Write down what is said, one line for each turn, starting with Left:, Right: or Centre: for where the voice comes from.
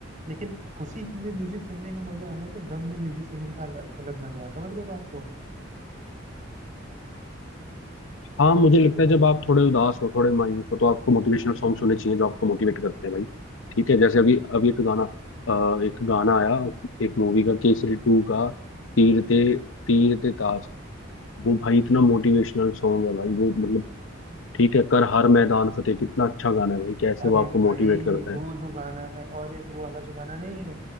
Right: लेकिन खुशी में म्यूजिक सुनने का मजा अलग है गम में म्यूजिक सुनने का अलग, अलग मजा है समझ रहे हो बात को
Left: हाँ
Right: वही
Left: मुझे
Right: चीज
Left: लगता
Right: है
Left: है
Right: भाई
Left: जब आप थोड़े उदास हो थोड़े मायूस हो तो आपको मोटिवेशनल सॉन्ग सुनने चाहिए जो आपको मोटिवेट करते हैं भाई ठीक है जैसे अभी अभी एक गाना अ, एक गाना आया एक मूवी का केसरी टू का तीर ते तीर ते ताज वो भाई इतना मोटिवेशनल सॉन्ग है भाई वो मतलब ठीक है कर हर मैदान फतेह कितना अच्छा गाना है भाई कैसे
Right: अरे
Left: वो आपको
Right: भाई
Left: मोटिवेट करता
Right: वो
Left: है
Right: जो गाना है और एक वो वाला जो गाना नहीं है